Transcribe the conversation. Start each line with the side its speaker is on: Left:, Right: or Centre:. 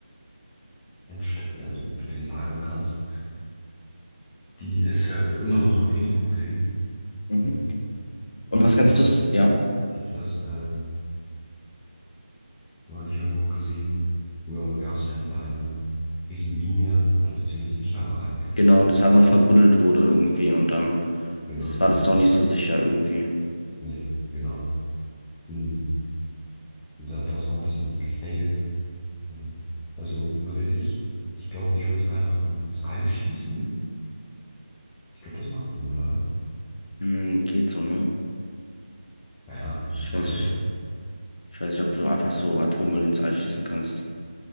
Centre: Endstätten, also wo du den lagern kannst, die ist ja immer noch ein Riesenproblem.
Left: Mhm.
Centre: Mhm. Weil,
Left: Und was kannst
Centre: also
Left: du, ja?
Centre: ich hatte das äh, neulich irgendwo gesehen, früher gab es ja diese eine Riesenmine, wo das ziemlich sicher war eigentlich,
Left: Genau,
Centre: dass man
Left: und
Centre: es
Left: das
Centre: das
Left: einfach
Centre: da.
Left: verbuddelt wurde irgendwie und dann
Centre: Genau,
Left: ist,
Centre: und
Left: war das
Centre: jetzt,
Left: doch nicht so sicher irgendwie.
Centre: nee, genau. Hm, Da, das war ein bisschen gefailt. Ähm, Also würde ich, ich glaube, ich würde einfach in, ins All schießen. Ich glaube, das macht Sinn, oder?
Left: Hm, geht so, ne?
Centre: Naja,
Left: Ich
Centre: ins
Left: weiß,
Centre: All.
Left: ich weiß nicht, ob du einfach so Atommüll ins All schießen kannst.